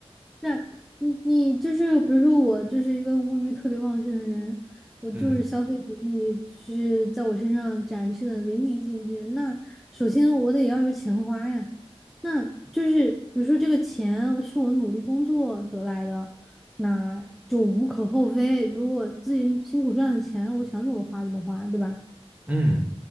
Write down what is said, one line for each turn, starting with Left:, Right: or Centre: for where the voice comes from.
Centre: 那你你就是比如说我就是一个物欲特别旺盛的人，我就是消费主义就是在我身上展示的淋漓尽致。
Right: <laughs> 嗯
Centre: 那首先我得要有钱花呀，那就是比如说这个钱是我努力工作得来的，那就无可厚非。比如我自己辛苦赚的钱，我想怎么花怎么花，对吧？
Right: 嗯，